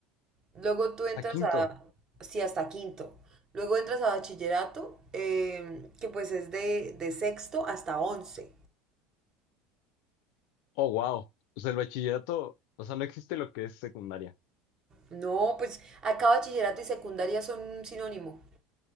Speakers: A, on the right; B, on the left.
A: Luego tú entras
B: A quinto.
A: a, sí, hasta quinto. Luego entras a bachillerato, eh, que pues es de, de sexto hasta once.
B: Oh, wow. O sea, el bachillerato, o sea, no existe lo que es secundaria.
A: No, pues acá bachillerato y secundaria son un sinónimo.